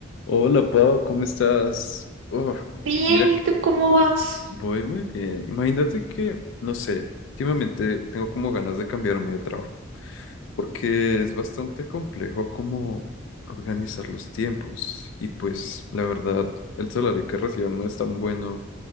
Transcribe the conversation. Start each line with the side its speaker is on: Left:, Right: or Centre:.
Left: Hola Pau, ¿cómo estás? Oh,
Right: Bien,
Left: mira, que
Right: ¿y tú cómo vas?
Left: voy muy bien. Imagínate que, no sé, últimamente tengo como ganas de cambiarme de trabajo, porque es bastante complejo como organizar los tiempos y pues la verdad, el salario que recibo no es tan bueno